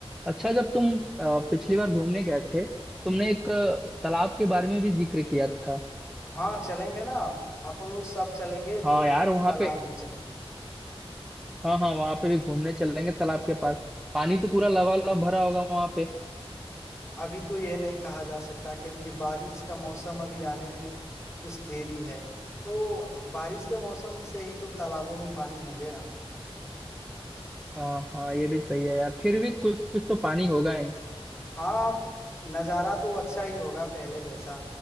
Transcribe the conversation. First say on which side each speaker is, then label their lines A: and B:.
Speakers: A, in the centre; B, on the left (about 25°).
A: अच्छा जब तुम अ, पिछली बार घूमने गए थे तुमने एक अ, तालाब के बारे में भी जिक्र किया था
B: हाँ चलेंगे ना अपन लोग सब चलेंगे
A: हाँ
B: तो वहां
A: यार
B: पे
A: वहाँ
B: तालाब
A: पे
B: भी चलेंगे
A: हाँ हाँ वहाँ पे भी घूमने चलेंगे तालाब के पास पानी तो पूरा लबालब भरा होगा वहाँ पे
B: अभी तो यह नहीं कहा जा सकता क्योंकि बारिश का मौसम अभी आने में कुछ देरी है तो बारिश के मौसम से ही तो तालाबों में पानी होंगे ना
A: हाँ हाँ ये भी सही है यार फिर भी कुछ कुछ तो पानी होगा ही
B: हाँ नज़ारा तो अच्छा ही होगा पहले जैसा